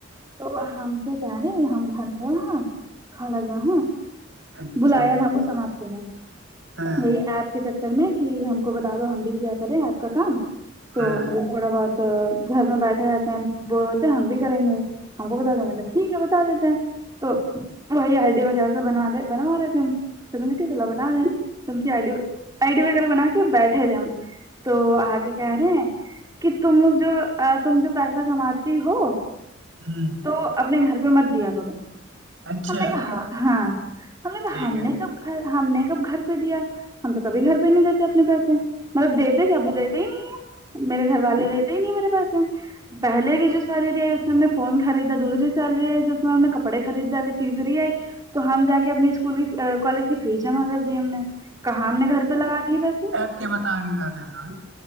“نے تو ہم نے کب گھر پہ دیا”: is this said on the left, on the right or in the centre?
Right